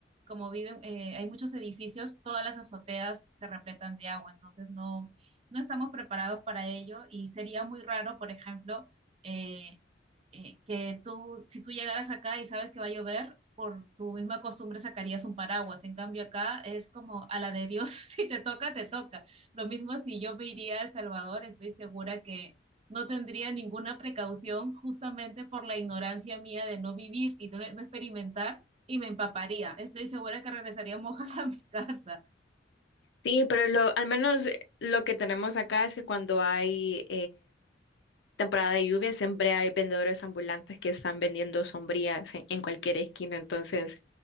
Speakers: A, on the right (about 35°); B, on the left (about 70°).
A: como viven, eh, hay muchos edificios, todas las azoteas se repletan de agua, entonces no, no estamos preparados para ello y sería muy raro, por ejemplo, eh, eh, que tú, si tú llegaras acá y sabes que va a llover, por tu misma costumbre sacarías un paraguas. En cambio acá es como a la de Dios, <laughs> si te toca, te toca. Lo mismo si yo me iría a El Salvador, estoy segura que no tendría ninguna precaución justamente por la ignorancia mía de no vivir y no, no experimentar y me empaparía. Estoy segura que regresaría mojada a mi casa.
B: Sí, pero lo, al menos lo que tenemos acá es que cuando hay temporada de lluvia siempre hay vendedores ambulantes que están vendiendo sombrillas en, en cualquier esquina. Entonces,